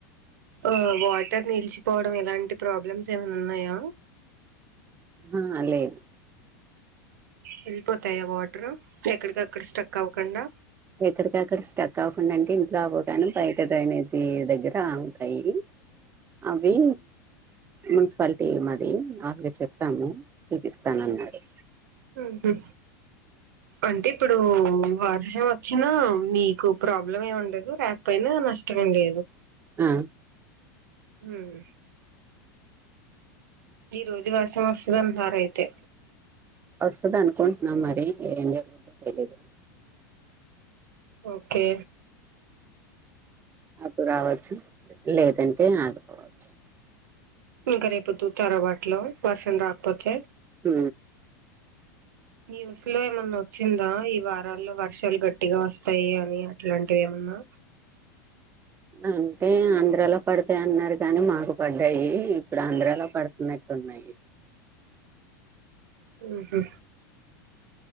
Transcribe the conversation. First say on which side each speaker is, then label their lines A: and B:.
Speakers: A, on the right (about 70°); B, on the right (about 20°).
A: ఆ వాటర్ నిలిచిపోవడం ఎలాంటి ప్రాబ్లమ్స్ ఏమన్నా ఉన్నాయా
B: ఆ లేదు
A: వెళ్ళిపోతాయా వాటరు ఎక్కడికక్కడ స్టక్ అవ్వకండా
B: ఎక్కడికక్కడ స్టక్ అవకుండా అంటే ఇంట్లో అవావ్ గానీ బయట డ్రైనేజీ దగ్గర ఉంటాయి అవి మున్సిపాలిటీ మాది అగ్డ చెప్పాము తిపిస్తానన్నాడు
A: ఆహా అంటే ఇప్పుడు వర్షం వచ్చినా మీకు ప్రాబ్లం ఏమి ఉండదు రాకపోయినా నష్టంమేం లేదు
B: ఆ
A: ఉమ్ ఈ రోజు వర్షం వస్తదంటున్నారు అయితే
B: వస్తది అనుకుంటున్నాం మరి ఏం జరుగుద్దో తెలీదు
A: ఓకే
B: అప్పుడు రావచ్చు లేదంటే ఆగిపోవచ్చు
A: ఇంక రేపు ఉతుకుతారా బట్టలు వర్షం రాకపోతే
B: మ్ అ
A: న్యూస్ లో ఏమన్నా వచ్చిందా ఈ వారాల్లో వర్షాలు గట్టిగా వస్తాయి అని అట్లాంటివి ఏమన్నా
B: అంటే ఆంధ్రాలో పడతాయి అన్నారు కాని మాకు పడ్డాయి ఇప్పుడు ఆంధ్రాలో పడుతున్నట్టు ఉన్నాయి
A: ఉమ్ హు